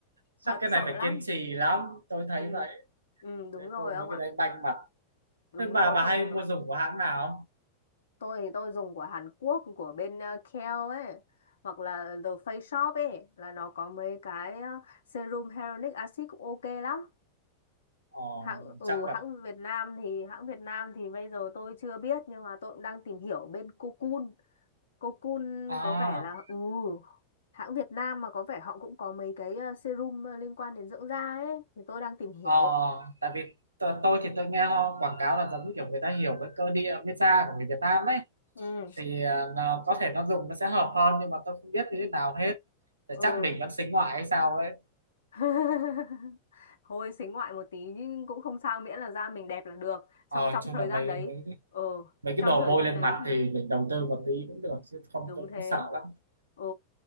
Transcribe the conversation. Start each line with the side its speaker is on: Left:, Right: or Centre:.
Right: chắc
Left: thật
Right: cái
Left: sợ
Right: này phải
Left: lắm.
Right: kiên trì lắm tôi thấy
Left: Ừ.
Right: vậy
Left: Ừ, đúng
Right: Thế
Left: rồi
Right: bôi mấy
Left: ông
Right: cái
Left: ạ.
Right: đấy banh mặt
Left: Đúng
Right: Thế bà
Left: rồi,
Right: bà
Left: không
Right: hay
Left: thì nó
Right: mua
Left: bay.
Right: dùng của hãng nào
Left: Tôi thì tôi dùng của Hàn Quốc của bên uh, Kiehl ấy hoặc là The Face Shop ấy là nó có mấy cái ờ, serum hyaluronic acid cũng ok lắm.
Right: Ờ,
Left: Hãng ừ
Right: chắc là
Left: hãng Việt Nam thì hãng Việt Nam thì bây giờ tôi chưa biết nhưng mà tôi cũng đang tìm hiểu bên Cocoon Cô Kun
Right: à,
Left: có vẻ là ừ hãng Việt Nam mà có vẻ họ cũng có mấy cái ờ, serum ờ, liên quan đến dưỡng da ấy thì tôi đang tìm hiểu.
Right: ờ, tại vì t- tôi thì tôi nghe họ quảng cáo là giống như kiểu người ta hiểu cái cơ địa pizza của người Việt Nam ấy
Left: Ừ.
Right: thì à, nó, có thể nó dùng nó sẽ hợp hơn nhưng mà tôi không biết như thế nào hết thì
Left: Ừ.
Right: chắc mình vẫn xính ngoại hay sao ấy
Left: <laughs> Thôi xính ngoại một tí nhưng cũng không sao miễn là da mình đẹp là được.
Right: ờ,
Left: Trong
Right: nói
Left: trong
Right: chung
Left: thời
Right: là mấy
Left: gian đấy,
Right: mấy
Left: ừ,
Right: mấy cái
Left: trong
Right: đồ
Left: thời
Right: bôi
Left: gian
Right: lên
Left: đấy
Right: mặt
Left: thì
Right: thì mình đầu tư một tí cũng được chứ không
Left: đúng
Right: tôi
Left: thế.
Right: cũng sợ lắm
Left: Ừ,